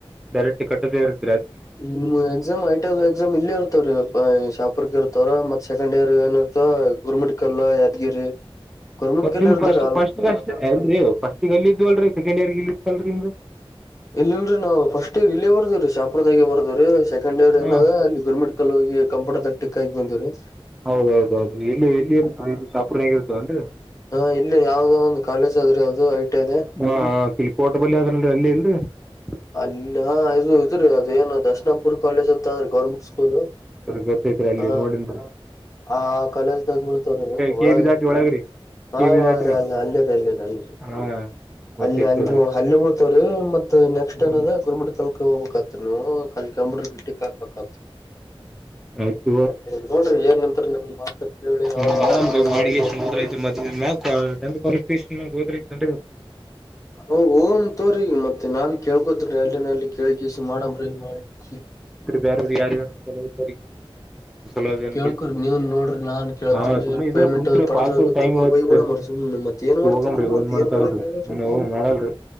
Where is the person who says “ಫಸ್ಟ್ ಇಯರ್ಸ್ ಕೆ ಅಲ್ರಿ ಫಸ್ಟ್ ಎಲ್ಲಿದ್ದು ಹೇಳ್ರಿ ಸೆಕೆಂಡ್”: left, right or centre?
Centre